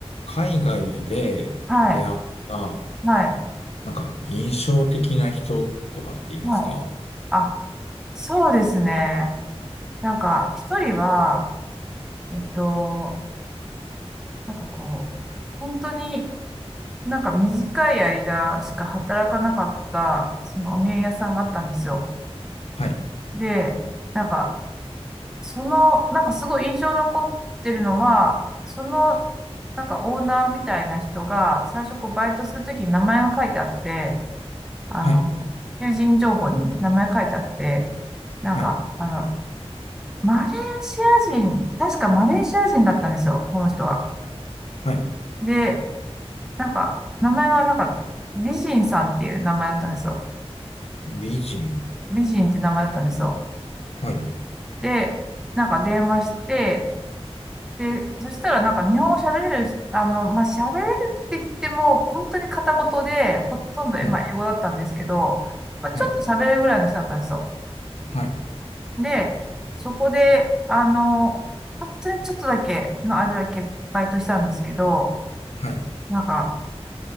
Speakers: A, on the left; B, in the centre.
A: 海外で出会った、
B: はい、はい、
A: なんか印象的な人とかっていますか
B: はい。あ、そうですね。なんか、一人は、えっと、なんかこう、本当になんか短い間しか働かなかった、そのお土産屋さんがあったんですよ。
A: はい、
B: で、なんか、その、なんかすごい印象に残ってるのは、その、なんかオーナーみたいな人が、最初こうバイトするときに名前が書いてあって、あの、
A: はい、
B: 求人情報に名前書いてあって、なんか、
A: はい、
B: あの、マレーシア人、確かマレーシア人だったんですよ、この人は。
A: はい。
B: で、なんか、名前がなんか、美人さんっていう名前だったんですよ。
A: 美人。
B: 美人って名前だったんですよ。
A: はい、
B: で、なんか電話して、で、そしたらなんか日本語喋れるし、あの、まあ、喋れるって言っても、本当に片言で、ほとんど、
A: はい、
B: まあ、英語だったんですけど、まあ、ちょっと喋れるぐらいの人だったんですよ。
A: はい、はい、
B: で、そこで、あの、本当にちょっとだけの間だけバイトしたんですけど、
A: はい。
B: なんか、